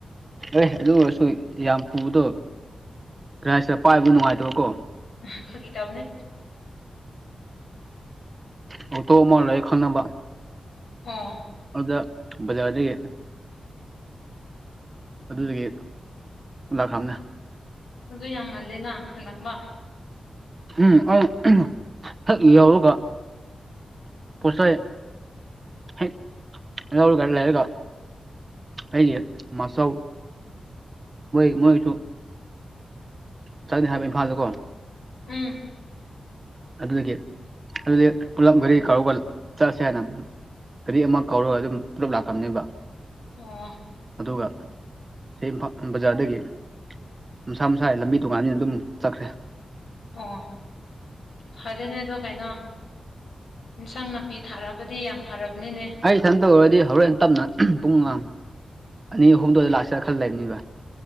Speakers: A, on the right; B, on the left.
A: ꯑꯦ ꯑꯗꯨ ꯑꯣꯏꯔꯁꯨ ꯌꯥꯝ ꯄꯨꯕꯗꯣ ꯀꯔꯤ ꯍꯥꯏꯁꯤꯔꯥ ꯄꯥꯏꯕꯗ ꯅꯨꯡꯉꯥꯏꯇꯕꯀꯣ
B: ꯎꯝ ꯐꯥꯒꯤ ꯇꯧꯕꯅꯦ
A: ꯑꯣ ꯇꯣ ꯑꯃ ꯂꯩꯥꯏ ꯈꯪꯅꯕ
B: ꯑꯥ
A: ꯑꯗꯨꯗ ꯕꯖꯥꯔꯗꯒꯤ ꯑꯗꯨꯗꯒꯤ ꯂꯥꯛꯈ꯭ꯔꯝꯅꯦ
B: ꯑꯗꯨ ꯌꯥꯝ ꯉꯜꯂꯦꯅ ꯍꯜꯂꯛꯄ
A: ꯎꯝ ꯑꯩ ꯍꯦꯛ ꯌꯧꯕꯒ ꯄꯣꯠꯆꯩ ꯍꯦꯛ ꯂꯧꯔꯒ ꯂꯩꯔꯒ ꯑꯩꯒꯤ ꯃꯥꯁꯥꯎ ꯃꯣꯏ ꯃꯣꯏꯁꯨ ꯆꯠꯅꯤ ꯍꯥꯏꯕ ꯏꯝꯐꯥꯜꯗꯀꯣ
B: ꯎꯝ
A: ꯑꯗꯨꯗꯒꯤ ꯑꯗꯨꯗꯤ ꯄꯨꯂꯞ
B: ꯑꯗꯨꯗꯤ
A: ꯘꯔꯤ ꯀꯔꯧꯒ ꯆꯠꯂꯁꯦ ꯍꯥꯏꯅ ꯘꯔꯤ ꯑꯃ ꯀꯧꯔꯒ ꯑꯗꯨꯝ ꯄꯨꯂꯞ ꯂꯥꯛꯈ꯭ꯔꯝꯅꯦꯕ
B: ꯑꯣ
A: ꯑꯗꯨꯒ ꯁꯤ ꯏꯝꯐꯥꯜ ꯕꯖꯥꯔꯗꯒꯤ ꯃꯁꯥ ꯃꯁꯥꯏ ꯂꯝꯕꯤ ꯇꯣꯡꯉꯥꯟꯕꯅꯤꯅ ꯑꯗꯨꯝ ꯆꯠꯈ꯭ꯔꯦ
B: ꯑꯣ ꯐꯔꯦꯅꯦ ꯑꯗꯣ ꯀꯩꯅꯣ ꯏꯟꯁꯥꯡ ꯅꯥꯄꯤ ꯊꯥꯔꯛꯑꯕꯗꯤ ꯌꯥꯝ ꯐꯔꯕꯅꯤꯅꯦ
A: ꯁꯝ <unintelligible> ꯇꯧꯔꯗꯤ ꯍꯣꯔꯦꯟ ꯇꯞꯅ ꯄꯨꯡ ꯑꯉꯝ ꯑꯅꯤ ꯑꯍꯨꯝꯗꯣꯏꯗ ꯂꯥꯛꯁꯤꯔ ꯈꯟ ꯂꯩꯕꯅꯤꯕ